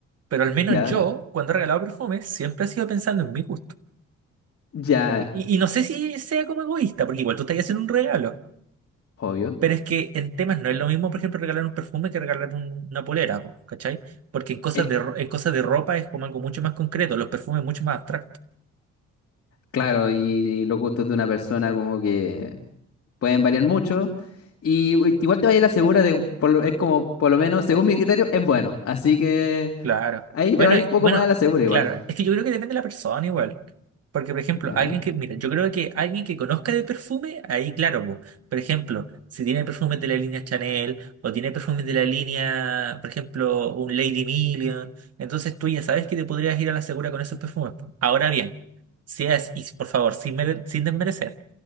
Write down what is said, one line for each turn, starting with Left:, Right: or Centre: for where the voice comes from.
Right: Pero al menos
Left: ¿Ya?
Right: yo, cuando he regalado perfumes, siempre he sido pensando en mi gusto.
Left: Ya,
Right: Y, y- y no sé si sea como egoísta, porque igual tú estás haciendo un regalo.
Left: obvio.
Right: Pero es que en temas no es lo mismo, por ejemplo, regalar un perfume que regalar un- una polera, po, ¿cachai? Porque en cosas
Left: Es
Right: de, ro- en cosas de ropa es como algo mucho más concreto, los perfumes mucho más abstractos.
Left: claro, y, y los gustos de una persona como que pueden variar mucho. Y u- igual te vaya a la segura de, por lo- es como, por lo menos, según mi criterio, es bueno. Así que
Right: Claro.
Left: ahí
Right: Bueno,
Left: te va un
Right: y-
Left: poco
Right: bueno,
Left: más a la segura igual.
Right: claro. Es que yo creo que depende de la persona igual. Porque, por ejemplo,
Left: ¿Ya?
Right: alguien que, mira, yo creo que alguien que conozca de perfume, ahí claro, po. Por ejemplo, si tiene perfumes de la línea Chanel o tiene perfumes de la línea, por ejemplo, un Lady Million, entonces tú ya sabes que te podrías ir a la segura con esos perfumes, po. Ahora bien, si es, y por favor, sin, mere- sin desmerecer.